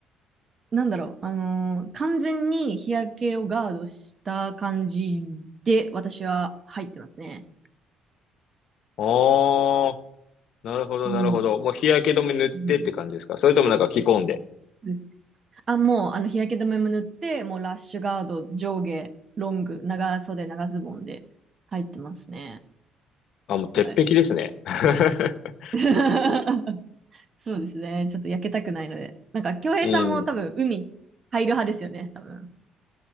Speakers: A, on the right (about 35°); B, on the left (about 65°).
A: なんだろう、あのー完全に日焼けをガードした感じで、私は入ってますね。
B: ああ、なるほど、
A: うん。
B: なるほど。もう日焼け止め塗ってって感じですかそれともなんか着込んで。
A: うんうんあ、もう、あの、日焼け止めも塗って、もうラッシュガード、上下、ロング、長袖、長ズボンで入ってますね。
B: あ、もう鉄壁ですね。
A: はい。
B: <laughs>
A: <laughs> そうですね。ちょっと焼けたくないので。なんか、京平さんも多分、
B: うん。
A: 海入る派ですよね、多分。